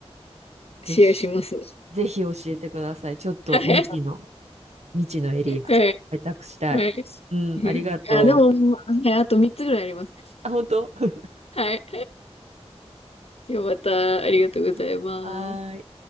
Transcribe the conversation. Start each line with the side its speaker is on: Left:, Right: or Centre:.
Right: ぜひ、
Left: シェアします。
Right: ぜひ教えてください。ちょっと未知の、
Left: はい。
Right: 未知のエリア、
Left: はい。
Right: 開拓したい。
Left: はい。
Right: うん、
Left: うんあ、
Right: ありがと
Left: でも、はいあと3つぐらいあります。
Right: う。あ、本当 <laughs>
Left: はい。ではまた、ありがとうございます。
Right: うんはーい。